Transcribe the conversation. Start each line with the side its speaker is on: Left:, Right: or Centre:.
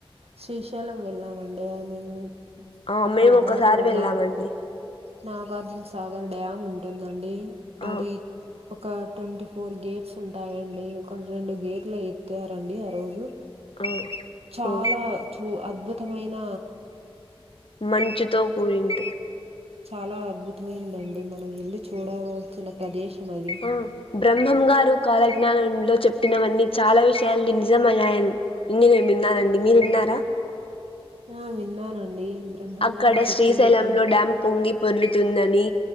Right: శ్రీశైలం వెళ్ళామండి మేము
Left: ఆ
Right: అక్కడ
Left: మేము ఒకసారి
Right: బాగా
Left: వెళ్ళామండి
Right: నా నాగార్జున సాగర్ డ్యామ్ ఉంటుందండి
Left: ఆ
Right: అది ఒక ట్వంటీ ఫోర్ గేట్స్ ఉంటాయండి ఒక రెండు గేట్లు ఎత్తారండి ఆ రోజు
Left: ఆ
Right: చాలా
Left: ఓ
Right: చు అద్భుత ఇష్టమైన
Left: మంచుతో కూడింట
Right: చాలా అద్భుతమైందండి మనం వెళ్ళి చూడవలసిన ప్రదేశం అది
Left: ఆ బ్రహ్మం గారు కాల జ్ఞానం లో చెప్పినవన్నీ చాలా విషయాలు నిజమయ్యాయ ఎన్ని నేను విన్నానండి మీరు విన్నారా
Right: ఆ విన్నానండి బ్రహ్మంగారు
Left: అక్కడ
Right: చెప్పిండేటివి
Left: శ్రీశైలం లో డ్యామ్ పొంగి పొర్లుతుందని